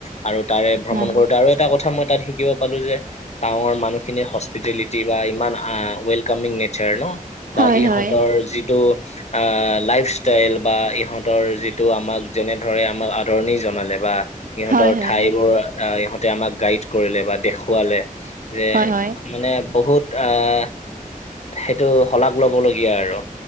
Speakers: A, on the left (about 50°); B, on the right (about 75°).
A: আৰু তাৰে ভ্ৰমণ
B: হয়
A: কৰোঁতে আৰু এটা কথা মই তাত শিকিব পালো যে টাৱাংৰ মানুহখিনিৰ হস্পিটেলিটি বা ইমান আহ ৱেলকামিং নেচাৰ ন? বা
B: হয়
A: ইহঁতৰ
B: হয়
A: যিটো আহ লাইফষ্টাইল বা ইহঁতৰ যিটো আমাক যেনে ধৰে আমাক আদৰণি জনালে বা ইহঁতৰ
B: হয় হয়
A: ঠাইবোৰ
B: হয়
A: ইহঁতে আমাক গাইড কৰিলে বা দেখুৱালে যে
B: হয় হয়
A: মানে বহুত আহ সেইটো শলাগ লবলগীয়া আৰু।